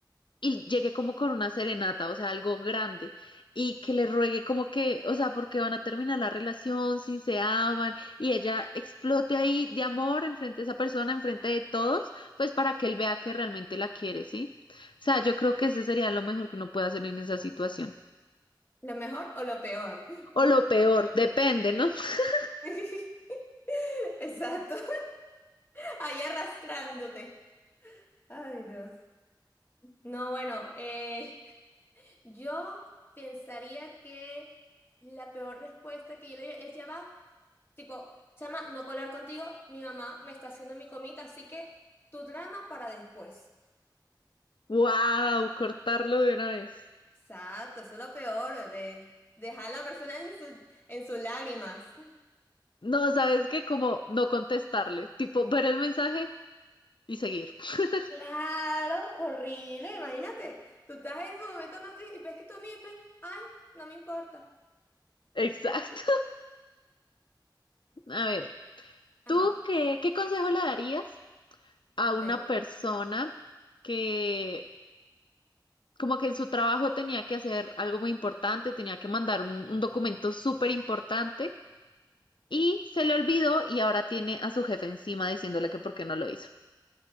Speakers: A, on the left; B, on the left.
A: y llegue como con una serenata, o sea, algo grande, y que le ruegue como que, o sea, porque van a terminar la relación, si se aman, y ella explote ahí de amor enfrente de esa persona, enfrente de todos, pues para que él vea que realmente la quiere, ¿sí? O sea, yo creo que ese sería lo mejor que uno puede hacer en esa situación.
B: ¿Lo mejor o lo peor?
A: O lo peor, depende, ¿no? <laughs>
B: <laughs> Exacto, <laughs> ahí arrastrándote. Ay, Dios. No, bueno, eh, yo pensaría que la peor respuesta que yo le diría es ya va, tipo, chama, no puedo hablar contigo, mi mamá me está haciendo mi comida, así que tu drama para después.
A: ¡Wow! Cortarlo de una vez.
B: Exacto, eso es lo peor, bebé. Dejar a la persona en su- en sus lágrimas.
A: No, ¿sabes qué? Como no contestarle, tipo ver el mensaje y seguir. <laughs>
B: Claro, horrible, imagínate. Tú estás en su momento más triste y ves que tu amigo, y ves, ay, no me importa.
A: Exacto. A ver,
B: Ajá,
A: ¿tú qué, qué consejo le darías a
B: ok.
A: una persona que como que en su trabajo tenía que hacer algo muy importante, tenía que mandar un, un documento súper importante y se le olvidó y ahora tiene a su jefe encima diciéndole que por qué no lo hizo?